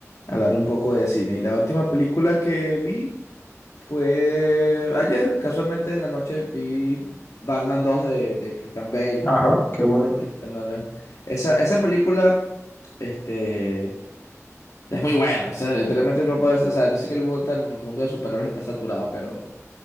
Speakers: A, on the left; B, on the left.
A: hablar un poco de cine. Y la última película que vi fue ayer. Casualmente en la noche vi Batman dos de, de Christian Bale.
B: Ajá, qué bueno.
A: de Christopher Nolan. Esa, esa película, este, es muy buena. O sea, literalmente no puedes, o sea, yo sé que el mundo el mundo de superhéroes está saturado, pero